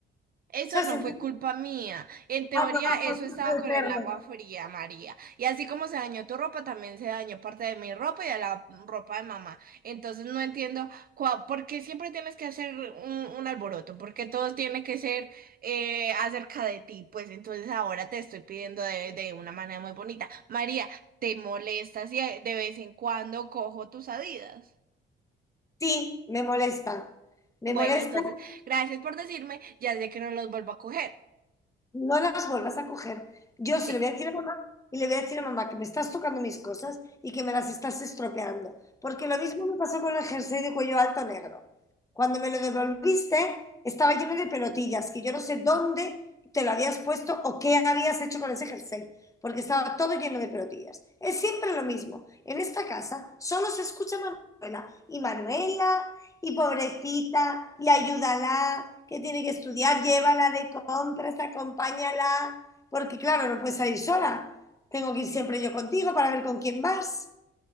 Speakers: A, on the right; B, on the left.
A: Eso
B: sea,
A: no
B: sentir,
A: fue culpa mía. En teoría,
B: ah, no,
A: eso
B: fue culpa
A: estaba
B: del
A: con
B: perro.
A: el agua fría, María. Y así como se dañó tu ropa, también se dañó parte de mi ropa y de la ropa de mamá. Entonces no entiendo cua- por qué siempre tienes que hacer un, un alboroto, porque todo tiene que ser eh, acerca de ti. Pues entonces ahora te estoy pidiendo de, de una manera muy bonita. María, ¿te molestas si de vez en cuando cojo tus Adidas?
B: Sí, me molesta. Me
A: Bueno,
B: molesta,
A: entonces, gracias por decirme. Ya sé que no los vuelvo a coger.
B: no las vuelvas a coger. Yo
A: Sí.
B: se lo voy a decir a mamá y le voy a decir a mamá que me estás tocando mis cosas y que me las estás estropeando. Porque lo mismo me pasó con el jersey de cuello alto negro. Cuando me lo devolviste, estaba lleno de pelotillas, que yo no sé dónde te lo habías puesto o qué habías hecho con ese jersey, porque estaba todo lleno de pelotillas. Es siempre lo mismo. En esta casa solo se escucha Manuela y Manuela y pobrecita, y ayúdala, que tiene que estudiar, llévala de compras, acompáñala, porque claro, no puedes salir sola. Tengo que ir siempre yo contigo para ver con quién vas,